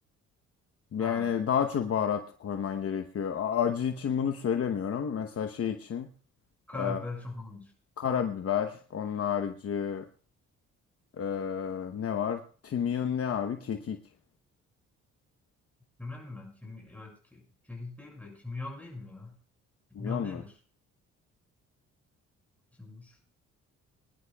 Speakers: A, on the left (about 50°); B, in the centre.
A: Yani
B: Ha.
A: daha çok baharat koyman gerekiyor. A- Acı için bunu söylemiyorum. Mesela şey için
B: Karabiber
A: e,
B: için falan.
A: karabiber, onun harici e, ne var? Kimyon ne abi? Kekik.
B: Kimyon mu? Kim, evet ki, kekik değil de kimyon değil mi ya?
A: Kimyon
B: Kimyon değildir.
A: mu?
B: Bakayım dur.